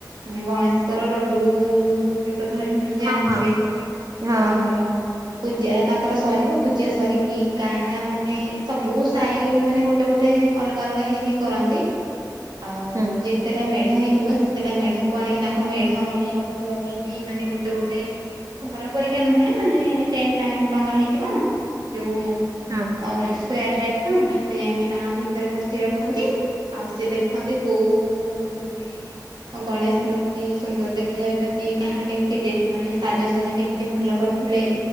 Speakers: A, on the right; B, on the right.
A: ମାନେ ଗଣେଶଙ୍କର ଲଡୁ ସିଏ ତ ଧରିଥାନ୍ତି ଜାଣିଥିବେ।
B: ହଁ ହଁ
A: ତ
B: ହଁ।
A: ତାଙ୍କର ପୂଜା ତାଙ୍କର ସରିବ, ପୂଜା ସରିକି କାହା ମାନେ ସବୁ ସାହି ମାନେ ଗୋ ଟେ ଗୋଟେ ଅଲଗା ଅଲଗା ହେଇକି କରନ୍ତି ଆଉ
B: ହୁଁ
A: ଯେତେଟା ମେ ଢ ହେଇଥିବ ସେତେଟା ମେଢଙ୍କୁ ଆଣିକି ତାଙ୍କ ମେଢ ମାନେ ରଖିବା ପାଇଁ ବି ମାନେ ଗୋଟେ ଗୋଟେ ଘର ପରୀକ୍ଷା ନୁହେଁ ମାନେ ଟେନ୍ ଟା- ଟଙ୍ଗା ହେଇଥିବ ଯୋଉ
B: ହଁ।
A: ଆଉ <unintelligible> ସ୍କ୍ୱାର ଟାଇପ୍ ର ସେ ଯାଇକି ତାଙ୍କ ଭିତରେ ମୂର୍ତ୍ତି ରଖନ୍ତି। ଆଉ ସେ ଦେଖନ୍ତି କୋଉ ମାନେ ଏ ଓ ଗଣେଶ ମୂର୍ତ୍ତି ସୁନ୍ଦର ଦେଖା ଯାଉଛନ୍ତି କାହାର କେମିତି ଡେ- ମାନେ ସାଜସଜା କେମିତି ଭଲ କରିଥିଲେ